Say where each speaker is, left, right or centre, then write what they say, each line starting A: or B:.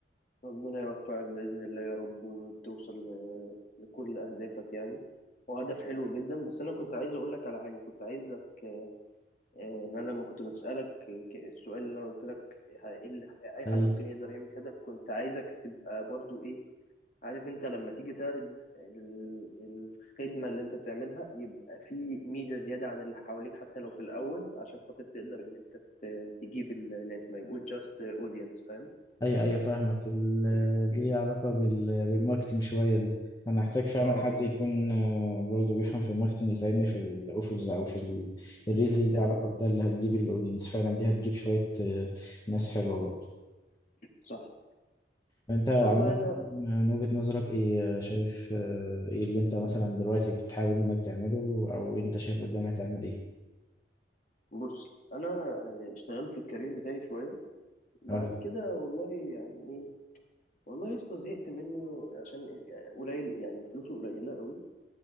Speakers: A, on the left (about 45°); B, on the left (about 20°).
A: ربنا يوفقك بإذن الله يا رب وتوصل ل- لكل أهدافك يعني وهدف حلو جدا بس أنا كنت عايز أقول لك على حاجة كنت عايزك آه، آه، إن أنا لما كنت بسألك آه، ك- السؤال اللي أنا قلت لك ه- إيه اللي إيه أي حد
B: أي
A: ممكن يقدر يعمل كده كنت عايزك تبقى برضو إيه عارف انت لما تيجي تعرض ال- الخدمة اللي انت بتعملها يبقى في ميزة زيادة عن اللي حواليك حتى لو في الأول عشان خاطر تقدر ان انت ت- تجيب الناس ما يبقوش جاست اودينس فاهم
B: ايوه ايوه فاهمك ال- ليه علاقة بال... بالماركتينج شوية دي انا هحتاج فعلا
A: اه
B: اه حد
A: بالظبط
B: يكون آه، برضه بيفهم في الماركتينج يساعدني في الاوفرز او في ال- الريلز
A: في الحتة
B: اللي ليها
A: دي
B: علاقة
A: اه
B: بده اللي هتجيب الاودينس فعلا دي هتجيب شوية آه، ناس حلوة برضه
A: صح
B: انت
A: بص
B: اه
A: والله
B: عامة والله
A: انا
B: من وجهة نظرك ايه آه، شايف آه، ايه اللي انت مثلا دلوقتي بتحاول انك تعمله او انت شايف قدام هتعمل ايه
A: بص انا آه، اشتغلت في الكارير بتاعي شوية بعد
B: اه
A: كده والله يعني ايه والله يا اسطى زهقت منه عشان يعني قليل يعني فلوسه قليلة قوي